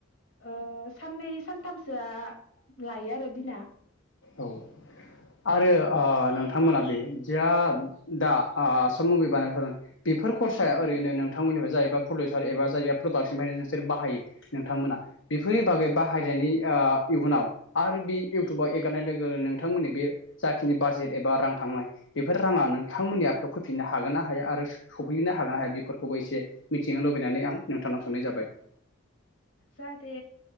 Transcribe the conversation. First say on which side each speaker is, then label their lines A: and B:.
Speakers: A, on the left; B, on the left.
A: ओ साननै सानथामसोआ लायो आरो दिना।
B: औ आरो ओ नों थांमोना बे जा दा ओ सर्ट मुभि बानायबाय थादों बेफोर खरसाया
A: उम
B: ओरैनो नों थांमोननिफ्राय जायबा प्रलिउसार एबा जाया प्रडाक्सननि नोंसोर बाहायो नोंथांमोना बेफोरनि बागै बाहाय नि ओ इयुनाव आरो बि इउटुबाव एक गारनाय लोगो लोगो नोंथांमोननि बे जाखिनि बाजेट एबा रां थांनाय बेफोर राङा नोंथांमोननि आखायाव फैफिननान हागोन ना हाया आरो स-सफैनो हागोन ना हाया बेफोरखौबो एसे मिथिनो लुबैनानै आं नोंथांनाव सोंनाय जाबाय। <inaudible>
A: जाहाथे